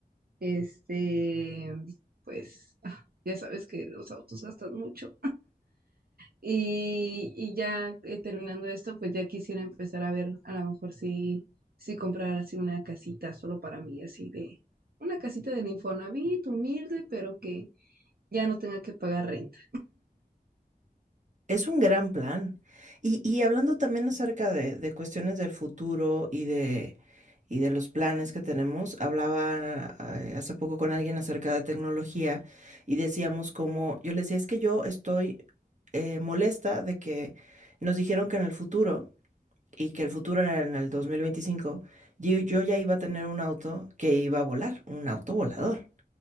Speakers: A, on the right (about 70°); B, on the right (about 50°).
A: Este, pues ah, ya sabes que los autos gastan mucho. Y, y ya eh, terminando esto, pues ya quisiera empezar a ver a lo mejor si, si comprar así una casita solo para mí, así de una casita del Infonavit, humilde, pero que ya no tenga que pagar renta.
B: Es un gran plan. Y, y hablando también acerca de, de cuestiones del futuro y de, y de los planes que tenemos, hablaba eh, hace poco con alguien acerca de tecnología y decíamos como, yo les decía, es que yo estoy eh, molesta de que nos dijeron que en el futuro, y que el futuro era en el 2025 yo, yo ya iba a tener un auto que iba a volar, un auto volador.